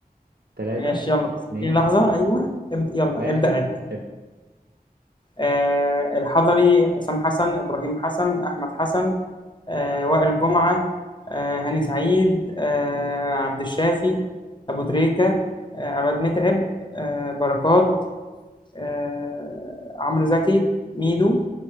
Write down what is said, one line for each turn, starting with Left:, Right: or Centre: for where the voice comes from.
Right: تلاتة
Left: ماشي ماشي، يلا بس
Right: اتنين
Left: اديني لحظة ايوه اب... يلا
Right: واحد
Left: ابدأ عد
Right: ابدأ
Left: آه الحضري حسام حسن ابراهيم حسن احمد حسن آه، وائل جمعة آه، هاني سعيد آه، عبد الشافي أبو تريكة آه، عماد متعب آه، بركات آه، عمرو زكي ميدو